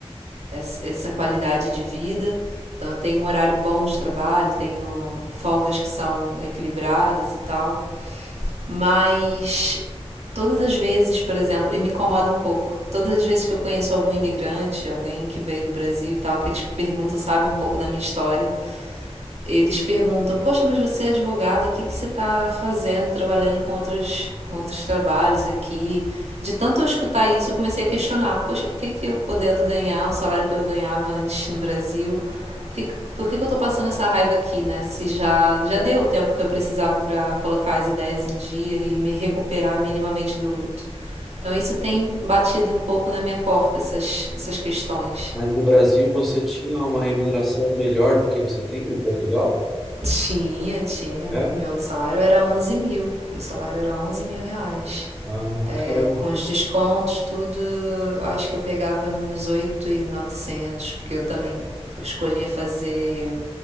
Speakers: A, on the right; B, in the centre.
A: essa, essa qualidade de vida. Então eu tenho um horário bom de trabalho, tenho folgas que são equilibradas e tal. Mas todas as vezes, por exemplo, e me incomoda um pouco. Todas as vezes que eu conheço algum imigrante, alguém que veio do Brasil e tal, que eles perguntam, sabe, um pouco da minha história eles perguntam: Poxa, mas você é advogada, o que, que você está fazendo, trabalhando com outros, com outros trabalhos aqui? De tanto eu escutar isso, eu comecei a questionar: Poxa, por que, que eu podendo ganhar o salário que eu ganhava antes no Brasil? Por que, por que, que eu estou passando essa raiva aqui, né? Se já, já deu o tempo que eu precisava para colocar as ideias em dia e me recuperar minimamente do luto. Então, isso tem batido um pouco na minha porta, essas, essas questões.
B: Mas no Brasil você tinha uma remuneração melhor do que você tem em Portugal?
A: Tinha, tinha. Meu
B: É?
A: salário era onze mil. Meu salário era onze mil reais.
B: Ah,
A: É,
B: caramba.
A: com os descontos, tudo, eu acho que eu pegava nos oito mil e novecentos porque eu também escolhia fazer